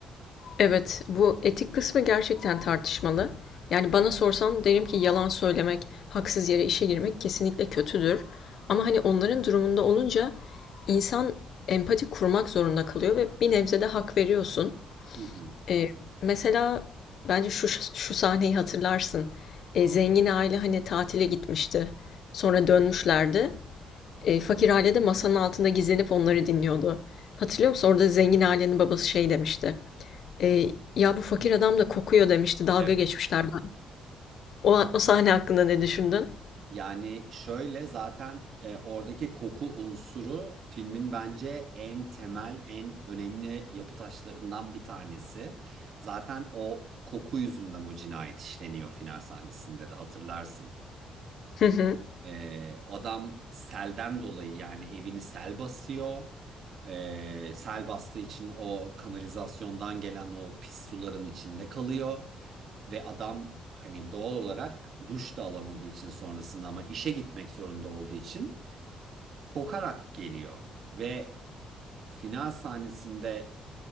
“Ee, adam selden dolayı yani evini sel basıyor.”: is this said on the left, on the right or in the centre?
Right